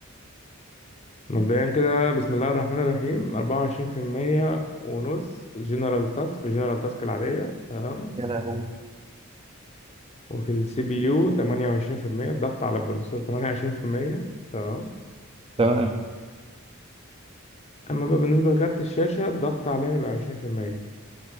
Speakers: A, on the left; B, on the right.
A: مبدئيا كده بسم الله الرحمن الرحيم أربعة وعشرين في المية ونص جنرال تاسك في جنرال تاسك العادية تمام
B: يا لهوي
A: وفي السي بي يو تمانية وعشرين في المية الضغط على البروسيسور تمانية وعشرين في المية تمام
B: تمام
A: أما بقى بالنسبة لكارت الشاشة الضغط عليها يبقى عشرين في المية